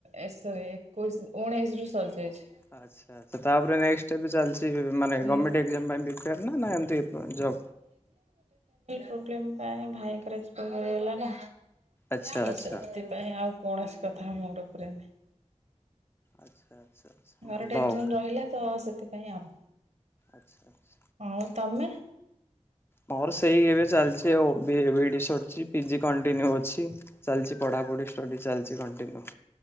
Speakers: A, on the right; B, on the left.
A: ଏ ସାରି ଏକୋଇଶ ଉଣେଇଶି ରୁ ସରି ଯାଇଛି।
B: ଆଛା ଆଛା ତାପରେ ନେଷ୍ଟ ବି ଚାଲିଛି। ମାନେ
A: ହୁଁ
B: ଗମେଣ୍ଟ ଏଜାମ ପାଇଁ ପ୍ରୀପ୍ୟାର ନା ଏମିତି ଜବ?
A: ଫିଲିମ୍ ପାଇଁ ଭାଇଙ୍କର ଅକ୍ସପାରି ହେଇଗଲା ନା
B: ଆଚ୍ଛା
A: ତ
B: ଆଚ୍ଛା
A: ସେଥିପାଇଁ ଆଉ କୌଣସି କଥାରେ ମୁଣ୍ଡପୁରାନି।
B: ଆଚ୍ଛା ଆଚ୍ଛା
A: ଘରେ
B: ଭଲ
A: ଟେନସନ
B: ଆଉ
A: ରହିଲା ତ ସେଥିପାଇଁ ଆଉ
B: ଆଚ୍ଛା।
A: ଆଉ ତମେ?
B: ମୋର ସେଇ ଏବେ ଚାଲିଛି ଆଉ ବି ଏ ବି ଡି ସରିଛି ପିଜି କଣ୍ଟିନ୍ୟୁ ଅଛି। ଚାଲିଛି ପଢ଼ାପଢି ଷ୍ଟଡି ଚାଲିଛି କଣ୍ଟିନ୍ୟୁ।